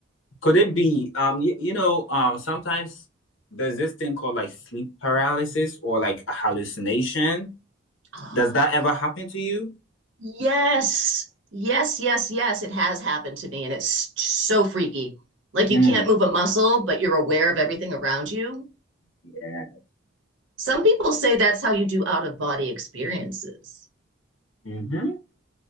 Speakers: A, on the left; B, on the right.
A: could it be, um, you, you know, um, sometimes there's this thing called like sleep paralysis or like a hallucination.
B: oh,
A: Does that ever happen to you?
B: yes, yes, yes, yes, it has happened to me, and it's so freaky. Like
A: Mm,
B: you can't move a muscle, but you're aware of everything around you.
A: yeah.
B: Some people say that's how you do out of body experiences,
A: Mm-hmm.